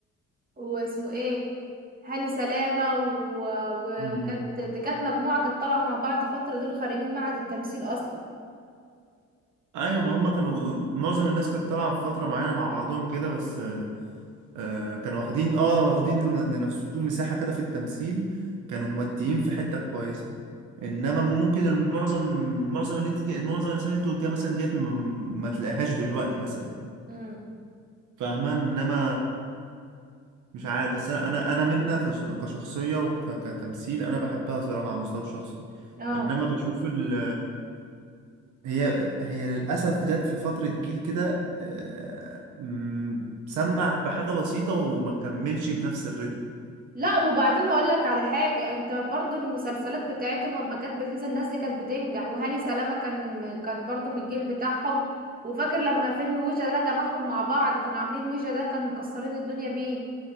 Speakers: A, on the right (about 30°); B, on the right (about 80°).
A: واسمه ايه هاني سلامة و... و...
B: وحشة
A: وكانت دي كانت مجموعة كانت طالعة مع بعض فترة دول خارجين معهد التمثيل اصلا
B: ايوه ما هم كانوا معظم الناس كانت طالعه في فتره معينه مع بعضهم كده بس آه كانوا واخدين اه واخدين لم- لنفسهم مساحه كده في التمثيل كانوا موديين في حته كويسه انما ممكن المعظم معظم اللي انت معظم الاسامي اللي انت قلتيها مثلا ديت م- ما تلاقيهاش دلوقتي مثلا
A: امم
B: فاهمه انما مش عارف بس انا انا انا منا كش- كشخصيه وكتمثيل انا بحبها صراحه على المستوى الشخصي
A: اه
B: انما بشوف ال هي هي للأسف جت في فترة جيل كده آه، مم، سمع بحاجة بسيطة وما كملش بنفس الريتم
A: لا وبعدين هقول لك على حاجة انت برضو المسلسلات بتاعتهم لما كانت بتنزل الناس دي كانت بتنجح وهاني سلامة كان كان برضو من الجيل بتاعهم وفاكر لما فيلم ويجا ده جمعهم مع بعض كانوا عاملين ويجا ده كان مكسرين الدنيا بيه